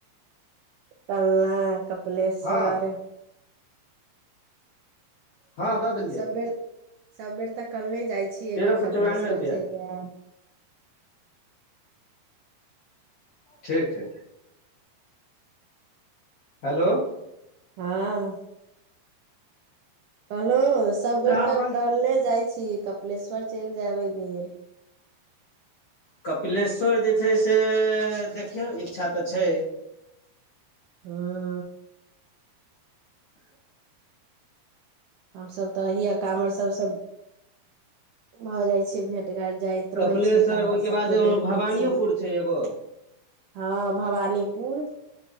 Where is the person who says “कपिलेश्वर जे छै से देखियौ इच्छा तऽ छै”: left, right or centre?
Left